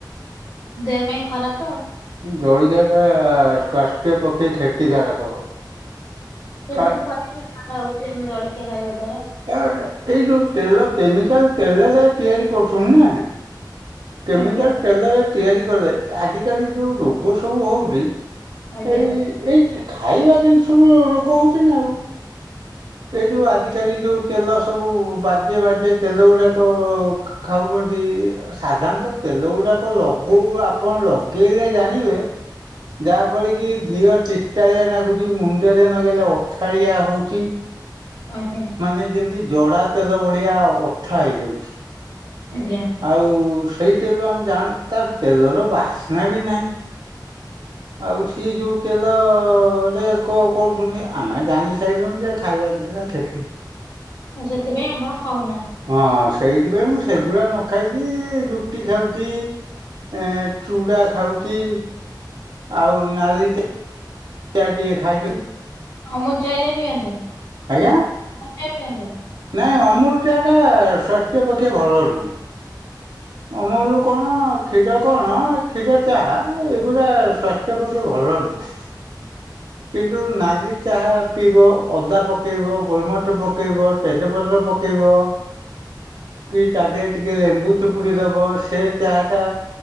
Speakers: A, on the left; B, on the right.
A: ଦେହ ପାଇଁ ଖରାପ।
B: ଜଳିଖିଆ ଟା ସ୍ୱାସ୍ଥ୍ୟ ପକ୍ଷେ କ୍ଷତିକାରକ।
A: କେମିତି
B: କା
A: <unintelligible> ହଉଛି ଆମେ ଜଳଖିଆ ଖାଇବା। ଦ୍ଵାରା
B: ଆ ଏଇ ଯୋଉ ତେଲ କେମିକାଲ ତେଲରେ ତିଆରି କରୁଛନ୍ତି ନା? କେମିକାଲ
A: ଆଜ୍ଞା
B: ତେଲରେ ତିଆରି କଲେ ଆଜିକାଲି ଯୋଉ ରୋଗ ସବୁ ହଉଛି।
A: ଆଜ୍ଞା
B: ଏଇ ଏଇଟି ଖାଇବା ଜିନିଷ କୁ ରୋଗ ହଉଛି ନା ଆଉ। ଏଇ ଯୋଉ ଆଜିକାଲି ଯୋଉ ତେଲ ସବୁ ବାଜେ ବାଜେ ତେଲ ଗୁଡାକ ଖାଉଛନ୍ତି ସାଧାରଣତଃ ତେଲ ଗୁଡାକ ଲଗଉ ଆପଣ ଲଗେଇଲେ ଜାଣିବେ ଯାହାଫଳ କି ଦିଅ ଚିଟାଳିଆ ନାଗୁଛି ମୁଣ୍ଡରେ ନଗେଇଲେ ଅଠାଳିଆ ହଉଛି।
A: ଆଜ୍ଞା
B: ମାନେ ଯେମିତି ଜଡା ତେଲ ଭଳିଆ ଅଠା ହେଇଯାଉଛି।
A: ଆଜ୍ଞା
B: ଆଉ ସେଇ ତେଲରୁ ଆମେ ଜାଣୁଛୁ ତାର ତେଲର ବାସ୍ନା ବି ନାହିଁ। ଆଉ ସିଏ ଯୋଉ ତେଲରେ କଣ କରୁଛନ୍ତି ଆମେ ଜାଣି ସାରିଲୁଣି ଯେ ଖାଇବା। <unintelligible>
A: ଆଉ ସେଥିପାଇଁ ଆପଣ ଖାଉନା
B: ହଁ ସେଇଥିପାଇଁ ମୁଁ ସେଗୁଡା ନ ଖାଇକି ରୁଟି ଖାଉଛି। ଏ ଚୁଡ଼ା ଖାଉଛି। ଆଉ ନାଲି ଚା ଚା ଟିକେ ଖାଇଦଏ।
A: ଅମୁଲ ଚା ହେରିକା ପିଅନ୍ତିନି
B: ଆଜ୍ଞା।
A: ଅମୁଲ ଚା ପିଅନ୍ତିନି?
B: ନାଇଁ ଅମୁଲ ଚା ଟା ସ୍ୱାସ୍ଥ୍ୟ ପକ୍ଷେ ଭଲ ନୁହଁ। ମୁଲ କଣ କ୍ଷୀର କଣ କ୍ଷୀର ଚାହା ଏଗୁଡା ସ୍ଵାସ୍ଥ୍ୟ ପକ୍ଷେ ଭଲ ନୁହଁ। କିନ୍ତୁ ନାଲି ଚାହା ପିଇବ ଅଦା ପକା ପକେଇବ, ଗୋଲମରିଚ ପକେଇବ, ତେଜପତ୍ର ପକେ କେଇବ କି ତା ଦେହରେ ଟିକେ ଲେମ୍ବୁ ଚି ଚୁପୁଡି ଦବ ସେ ଚାହା ଟା